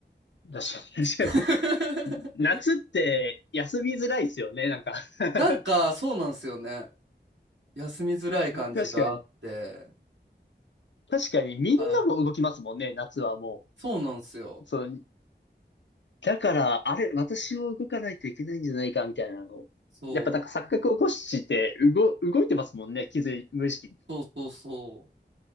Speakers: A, on the left (about 85°); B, on the right (about 85°).
A: ー、確かに、確か
B: <laughs>
A: に。夏って休みづらいですよね、なんか。<laughs>
B: なんか、そうなんですよね。休みづらい感じがあって。
A: 確かに。確かに、みんなも動きますもんね、
B: はい。
A: 夏はも
B: そうなんですよ。
A: う。そう、だから、あれ、私も動かないといけないんじゃないか、みたいなのを。
B: そう。
A: やっぱなんか錯覚を起こして、動、動いてますもんね、気づい、無意識に。
B: そうそうそ